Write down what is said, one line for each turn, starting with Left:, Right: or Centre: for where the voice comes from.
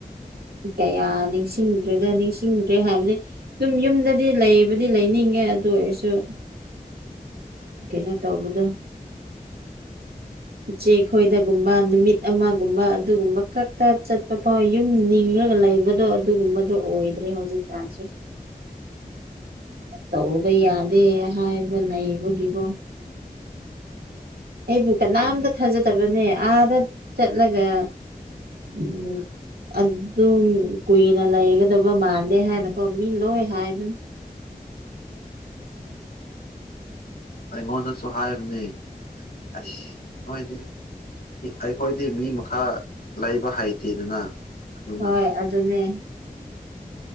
Right: ꯀꯌꯥ ꯅꯤꯡꯁꯤꯡꯗ꯭ꯦꯗ ꯅꯤꯡꯁꯤꯡꯗ꯭ꯔꯦ ꯍꯥꯏꯕꯗꯤ ꯑꯗꯨꯝ ꯌꯨꯝꯗꯗꯤ ꯂꯩꯕꯗꯤ ꯂꯩꯅꯤꯡꯉꯦ ꯌꯥ ꯑꯗꯨ ꯑꯣꯏꯁꯨ
Left: <inaudible>
Right: ꯀꯩꯅꯣ ꯇꯧꯕꯗꯣ ꯏꯆꯦ ꯈꯣꯏꯗꯒꯨꯝꯕ ꯅꯨꯃꯤꯠ ꯑꯃꯒꯨꯝꯕ ꯑꯗꯨꯒꯨꯝꯕ ꯈꯛꯇ ꯆꯠꯄ ꯐꯥꯎ ꯌꯨꯝ ꯅꯤꯡꯉꯒ ꯂꯩꯕꯗꯣ ꯑꯗꯨꯒꯨꯝꯕꯗꯣ ꯍꯣꯏꯗ꯭ꯔꯤ ꯍꯧꯖꯤꯛ ꯀꯥꯟꯁꯤ
Left: <inaudible>
Right: ꯇꯧꯕꯗ ꯌꯥꯗꯦ ꯍꯥꯏꯕ ꯂꯩꯕꯒꯤꯀꯣ ꯑꯩꯕꯨ ꯀꯅꯥꯝꯇ
Left: ꯑꯗꯨꯅꯤ
Right: ꯊꯥꯖꯗꯕꯅꯦ ꯑꯥꯗ ꯆꯠꯂꯒ ꯎꯝ ꯑꯗꯨ ꯀꯨꯏꯅ ꯂꯩꯒꯗꯕ ꯃꯥꯟꯗꯦ ꯍꯥꯏꯅꯀꯣ ꯃꯤ ꯂꯣꯏ ꯍꯥꯏꯕꯅꯤ
Left: ꯑꯩꯉꯣꯟꯗꯁꯨ ꯍꯥꯏꯕꯅꯤ ꯑ ꯅꯣꯏ ꯑꯩꯈꯣꯏꯗꯤ ꯃꯤ ꯃꯈꯥ ꯂꯩꯕ ꯍꯩꯇꯦꯗꯅ ꯑꯗꯨꯅ
Right: ꯍꯣꯏ ꯑꯗꯨꯅꯦ